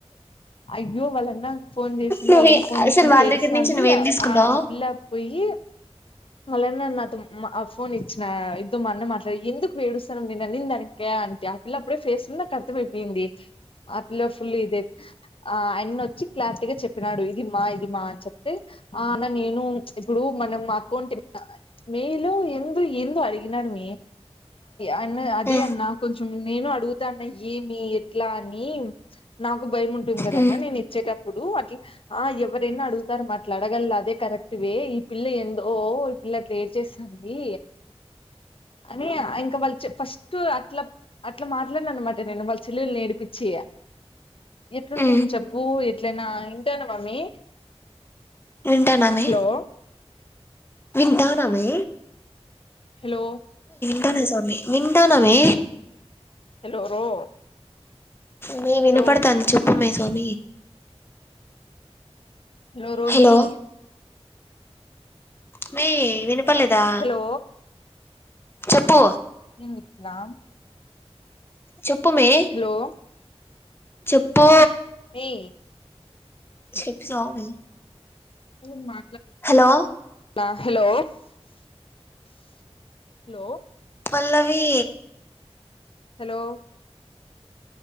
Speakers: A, on the left; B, on the left.
A: అయ్యో వాళ్ళన్నా ఫోన్ జేసింది
B: నువ్వే
A: వాళ్ళన్నా ఫోన్ జేసింటే
B: అసలు వాళ్ళ
A: ఏడుస్తాంది
B: దగ్గర నుంచి నువ్వేం
A: ఆ
B: తీసుకుంటావు
A: ఆ పిల్లా పోయి వాళ్ళన్నా నాతో ఆ ఫోన్ ఇచ్చినా తో మా అన్న మాట్లాడు ఎందుకు యేడుస్తానవ్ నేను అనిందానిక అంటే ఆ పిల్ల అప్పుడే ఫేస్ లో నాకు అర్థమైయిపోయింది. ఆపిల్ల ఫుల్ ఇదే ఆ ఆయన వచ్చి క్లారిటీగా చెప్పినాడు ఇది మా ఇది మా అని చెప్తే ఆ అన్న నేను ఇప్పుడు అన్న మా అకౌంట్ మేల్ ఎందో ఎందో అడిగినాడు మీ అన్న అదే
B: ఆ
A: అన్నా కొంచెం నేను అడుగుతా అన్న ఏమి ఎట్లా అని నాకు భయం ఉంటుంది గదన్న
B: ఆ
A: నేను ఇచ్చేటప్పు ఇప్పుడు అట్ల ఆ ఎవరైన అడుగుతారు మా అట్లా అడగాల అదే కరెక్ట్ వే ఈ పిల్ల ఎందో ఇలా ప్రేర్ చేస్తుంది అని ఇంకా వాళ్ళు ఫస్ట్ అట్లా అట్లా మాట్లాడిన అన్నమాట నేను వాళ్ళ చెల్లెలు ఏడిపిచ్చి ఎట్లుంటుంది
B: ఆ
A: చెప్పు ఎట్లనా ఇంటానే మమ్మీ
B: వింటాన మే
A: హలో
B: వింటాన మే
A: హలో
B: ఉంటానే స్వామి మింటానమే
A: హలో రో
B: మీ వినపడతాంది
A: హలో
B: చెప్పు మే స్వామి
A: ఓరోహిణి
B: హలో మే వినపడలేదా
A: హలో
B: చెప్పు
A: ఇట్లామ్
B: చెప్పు మే
A: హలో
B: చెప్పు
A: మీ
B: చెప్పి సావుమే
A: ఏమ్మా
B: హలో
A: నా హలో, హలో
B: పల్లవి
A: హలో